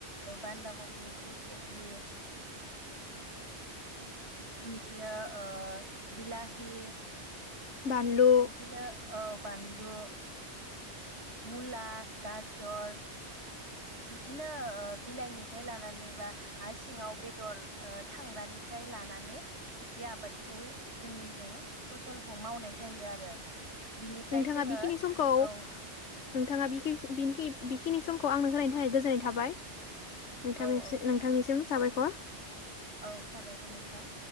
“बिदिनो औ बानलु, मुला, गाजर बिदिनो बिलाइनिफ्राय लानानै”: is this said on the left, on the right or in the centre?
Right